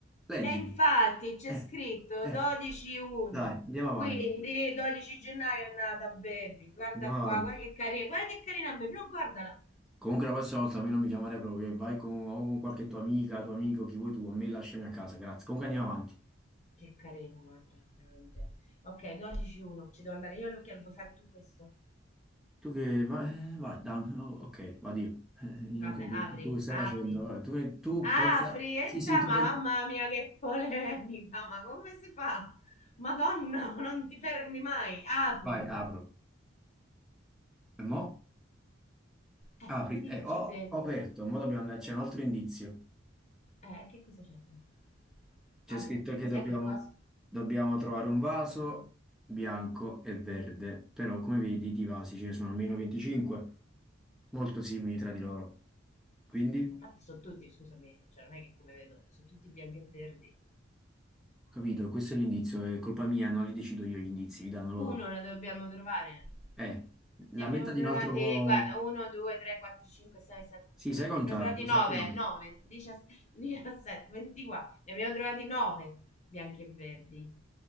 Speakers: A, in the centre; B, on the left.
A: Leggi.
B: E infatti c'è
A: Eh,
B: scritto
A: eh.
B: 12-1,
A: Dai, andiamo avanti.
B: quindi 12 gennaio è nata Baby, guarda
A: Andiamo
B: qua,
A: avanti.
B: guarda che carina, guarda che carina Baby, no guardala.
A: Comunque la prossima volta a me non mi chiamare proprio. e Vai con, o con qualche tua amica, tuo amico, chi vuoi tu. A me lasciami a casa, grazie. Comunque andiamo avanti.
B: Che carina, guarda, veramente. Ok, 12-1, ci devo andare io all'occhiello, puoi fare tu questo?
A: Tu che vai, eh, vai, dai, oh, ok, vado io. Eh, io
B: Vabbè,
A: che-
B: apri,
A: tu, tu che stai
B: apri.
A: facendo? Vabbè, Tu, che- tu
B: Apri
A: pensa...
B: e
A: Sì, sì,
B: da,
A: tu
B: mamma
A: pen-
B: mia che polemica, ma come si fa? Madonna, ma non ti fermi mai, apri.
A: Vai, apro. E mo?
B: Eh,
A: Apri.
B: e vedi
A: Eh,
B: che
A: ho,
B: c'è dentro.
A: ho aperto, mo dobbiamo andare, c'è un altro indizio.
B: Eh, che cosa c'è dentro?
A: C'è
B: Apri,
A: scritto
B: apri. che
A: che
B: cos'è
A: dobbiamo,
B: quel coso?
A: dobbiamo trovare un vaso bianco e verde, però come vedi di vasi ce ne sono almeno 25, molto simili tra di loro. Quindi,
B: Ma Infatti sono tutti, scusami, cioè non è che come vedo, sono tutti bianchi e verdi.
A: ho capito, questo è l'indizio, è colpa mia, non li decido io gli indizi, li danno loro.
B: Uno ne dobbiamo trovare.
A: Eh, la
B: Ne abbiamo
A: menta di
B: trovati,
A: un altro po'...
B: guarda, 1, 2, 3, 4, 5, 6, 7,
A: Sì,
B: 8,
A: sai conta,
B: ne abbiamo trovati
A: lo
B: 9,
A: sappiamo.
B: 9, 17, 24, ne abbiamo trovati 9 bianchi e verdi.